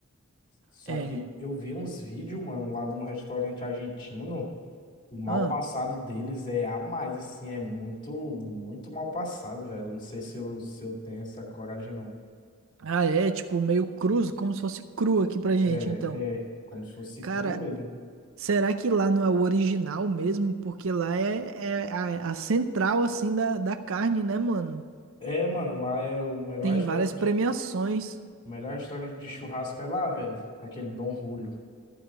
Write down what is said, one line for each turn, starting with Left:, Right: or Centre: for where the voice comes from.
Left: Só
Right: É.
Left: que eu vi uns vídeos, mano, lá de um restaurante argentino, o mal
Right: Ah,
Left: passado deles é a mais, assim, é muito, muito mal passado, velho. Não sei se eu, se eu tenho essa coragem, não.
Right: ah, é tipo meio cruz, como se fosse cru aqui pra gente,
Left: É,
Right: então.
Left: é, como se fosse
Right: Cara,
Left: cru mesmo.
Right: será que lá não é o original mesmo? Porque lá é, é a, a central, assim, da, da carne, né, mano?
Left: É, mano, lá é o melhor
Right: Tem
Left: restaurante,
Right: várias premiações.
Left: o melhor restaurante de churrasco é lá, velho, aquele Dom Julio.